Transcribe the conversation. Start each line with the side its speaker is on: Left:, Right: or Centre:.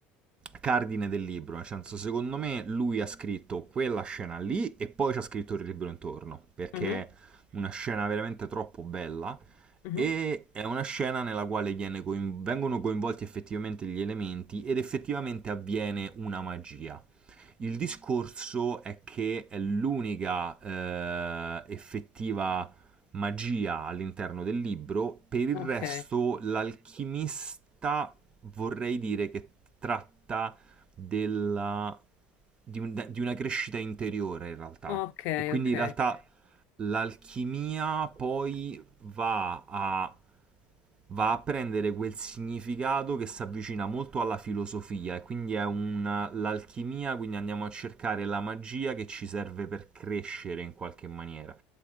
Right: cardine del libro. Nel senso, secondo me lui ha scritto quella scena lì e poi ci ha scritto il libro intorno, perché
Left: Mhm,
Right: è una scena veramente troppo bella.
Left: mhm.
Right: E è una scena nella quale viene coin- vengono coinvolti effettivamente gli elementi ed effettivamente avviene una magia. Il discorso è che è l'unica eh, effettiva magia all'interno del libro, per il
Left: Ok,
Right: resto l'alchimista vorrei dire che tratta della, di, un- di una crescita interiore in realtà.
Left: ok,
Right: E quindi
Left: ok,
Right: in realtà l'alchimia poi va a, va a prendere quel significato che si avvicina molto alla filosofia e quindi è un, l'alchimia, quindi andiamo a cercare la magia che ci serve per crescere in qualche maniera.